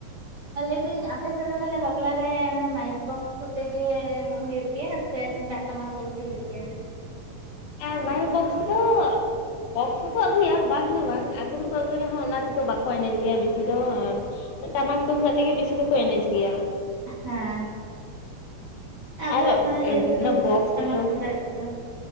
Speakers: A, on the right; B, on the left.
A: ᱞᱟᱹᱭ ᱫᱤᱧ ᱟᱯᱮ ᱥᱮᱫ ᱨᱮᱫᱚ ᱞᱮ ᱵᱟᱯ ᱞᱟ ᱨᱮ ᱢᱟᱭᱤᱠ ᱵᱚᱠᱥ ᱠᱚᱛᱮ ᱜᱮ ᱦᱳᱭᱳᱜ ᱜᱮᱭᱟ ᱥᱮ ᱛᱩᱢᱫᱟᱜ ᱴᱟᱢᱟᱠ ᱵᱮᱥᱤ ᱦᱩᱭᱩᱜ ᱜᱮᱭᱟ?
B: ᱟᱨ ᱢᱟᱭᱤᱠ ᱵᱚᱠᱥ ᱫᱚ ᱵᱚᱠᱥ ᱦᱚᱸᱠᱚ ᱟᱹᱜᱩᱭᱟ ᱵᱟᱝ ᱫᱚ ᱵᱟᱝ ᱟᱹᱜᱩ ᱫᱚᱠᱚ ᱟᱹᱜᱩᱭ ᱨᱮᱸᱦᱚᱸ ᱚᱱᱟ ᱛᱮᱫᱚ ᱵᱟᱠᱚ ᱮᱱᱮᱡ ᱜᱮᱭᱟ ᱵᱮᱥᱤ ᱫᱚ ᱾ ᱴᱟᱢᱟᱠ ᱛᱩᱢᱫᱟᱜ ᱛᱮᱜᱮ ᱵᱮᱥᱤ ᱫᱚᱠᱚ ᱮᱱᱮᱡᱽ ᱜᱮᱭᱟ᱾
A: ᱦᱮᱸ ᱟᱵᱚᱣᱟᱜ
B: ᱟᱨ
A: ᱠᱟᱱᱟ, ᱡᱮᱦᱮᱛᱩ
B: ᱚᱱᱟ ᱵᱚᱠᱥ
A: ᱴᱟᱢᱟᱠ
B: ᱛᱮᱫᱚ
A: ᱛᱩᱢᱫᱟᱜ ᱛᱮᱫᱚ